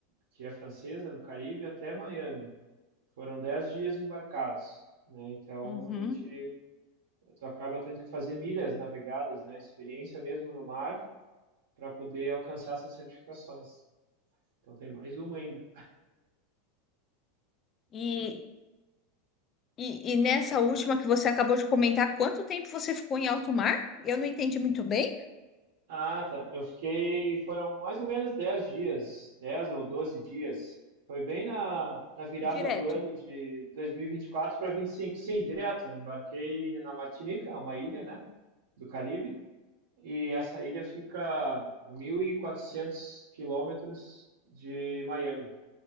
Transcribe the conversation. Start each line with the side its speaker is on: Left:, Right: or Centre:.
Right: que é francesa, no Caribe, até Miami. Foram 10 dias embarcados. Né? Então
Left: Uhum.
Right: a gente tu acaba tendo que fazer milhas navegadas, né? experiência mesmo no mar, para poder alcançar essas certificações. Então tem mais uma ainda.
Left: E, e, e nessa última que você acabou de comentar, quanto tempo você ficou em alto mar? Eu não entendi muito bem.
Right: Ah, tá. Eu fiquei, foram mais ou menos 10 dias, 10 ou 12 dias. Foi bem na, na virada
Left: Direto.
Right: do ano de dois mil e e vinte e quatro para vinte e cinco, Sim, direto. Eu embarquei na Martinica, uma ilha, né, do Caribe. E essa ilha fica a 1.400 quilômetros de Miami.